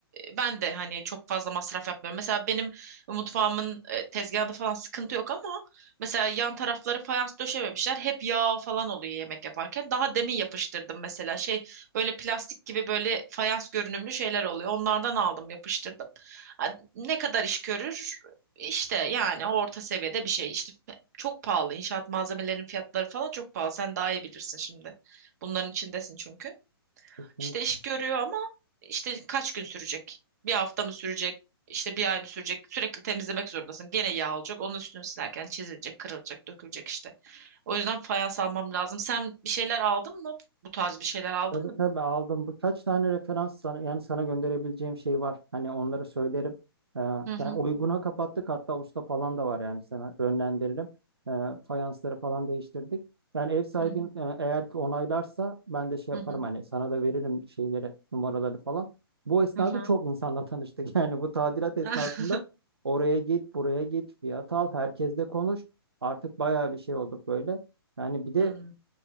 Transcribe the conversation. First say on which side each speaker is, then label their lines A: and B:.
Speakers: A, on the right; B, on the right.
A: ben de hani çok fazla masraf yapmıyorum. Mesela benim mutfağımın e, tezgahında falan sıkıntı yok ama mesela yan tarafları fayans döşememişler. Hep yağ falan oluyor yemek yaparken. Daha demin yapıştırdım mesela şey böyle plastik gibi böyle fayans görünümlü şeyler oluyor. Onlardan aldım yapıştırdım. Ha, ne kadar iş görür? İşte yani orta seviyede bir şey. İşte çok pahalı. İnşaat malzemelerinin fiyatları falan çok pahalı. Sen daha iyi bilirsin şimdi. Bunların içindesin çünkü.
B: Kesinlikle.
A: İşte iş görüyor ama işte kaç gün sürecek? Bir hafta mı sürecek? İşte bir ay mı sürecek? Sürekli temizlemek zorundasın. Gene yağ olacak. Onun üstünü silerken çizilecek, kırılacak, dökülecek işte. O yüzden fayans almam lazım. Sen bir şeyler aldın mı? Bu tarz bir şeyler aldın
B: Tabii
A: mı?
B: tabii aldım. Birkaç tane referans sana, yani sana gönderebileceğim şey var. Hani onları söylerim. Ee,
A: Hı hı
B: yani uyguna kapattık hatta usta falan da var yani sana yönlendiririm. Ee, fayansları falan değiştirdik. Yani ev sahibin
A: hı hı
B: e, eğer ki onaylarsa ben de şey yaparım
A: hı
B: hani sana da veririm şeyleri, numaraları falan. Bu esnada
A: hı. hı.
B: çok insanla tanıştık. <laughs> Yani bu tadilat esnasında
A: <laughs>
B: oraya git, buraya git, fiyat al, herkesle konuş. Artık bayağı bir şey olduk böyle. Yani bir de
A: Hmm,